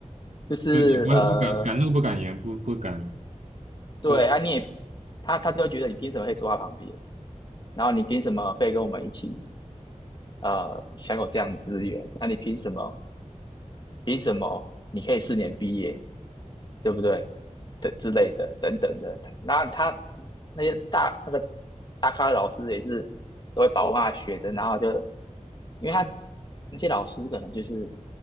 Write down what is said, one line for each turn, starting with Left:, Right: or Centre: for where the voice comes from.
Left: 就是呃，
Right: 就你不不敢敢怒不敢言，不不敢
Left: 对啊，
Right: 多。
Left: 你也他他就会觉得你凭什么可以坐在旁边，然后你凭什么可以跟我们一起呃享有这样的资源？那你凭什么？凭什么你可以四年毕业，对不对？等之类的等等的，那他那些大那个大咖的老师也是都会保护他的学生，然后就因为他那些老师可能就是